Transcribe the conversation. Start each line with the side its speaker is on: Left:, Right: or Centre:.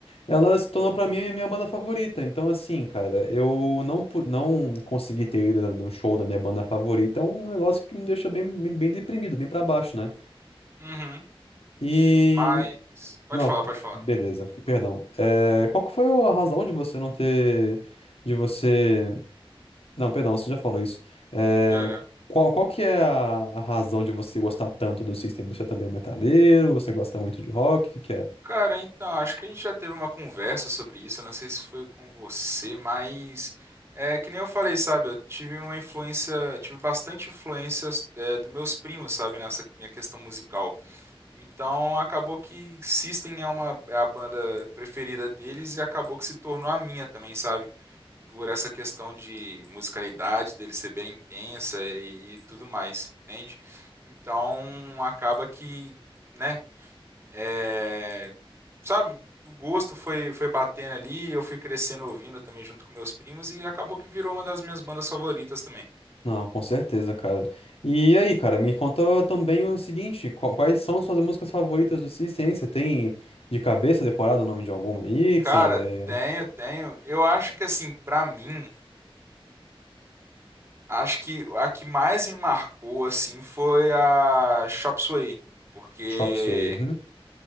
Left: Ela se tornou pra mim a minha banda favorita. Então, assim, cara, eu não, pu- não consegui ter ido no show da minha banda favorita. É um negócio que me deixa bem, bem, bem deprimido, bem pra baixo, né?
Right: uhum.
Left: E.
Right: Mas pode
Left: Não,
Right: falar, pode falar.
Left: beleza, f- perdão. É, qual que foi a razão de você não ter. De você. Não, perdão, você já falou isso. É,
Right: Já, já.
Left: qual, qual que é a, a razão de você gostar tanto do System? Você também é metaleiro? Você gosta muito de rock? O que que é?
Right: Cara, então, acho que a gente já teve uma conversa sobre isso. Eu não sei se foi com você, mas é que nem eu falei, sabe? Eu tive uma influência, tive bastante influência é, dos meus primos, sabe, nessa minha questão musical. Então, acabou que System é uma é a banda preferida deles e acabou que se tornou a minha também, sabe? por essa questão de musicalidade dele ser bem intensa e, e tudo mais, entende? Então acaba que, né, é, sabe, o gosto foi, foi batendo ali, eu fui crescendo ouvindo também junto com meus primos e acabou que virou uma das minhas bandas favoritas também.
Left: Não, com certeza, cara. E aí, cara, me conta também o seguinte, qu- quais são suas músicas favoritas do System, hein? Você tem de cabeça decorado o nome de alguma aí
Right: Cara,
Left: que você...
Right: tenho, tenho. Eu acho que assim, pra mim, acho que a que mais me marcou assim foi a Chop Suey, porque
Left: Chop Suey. uhum.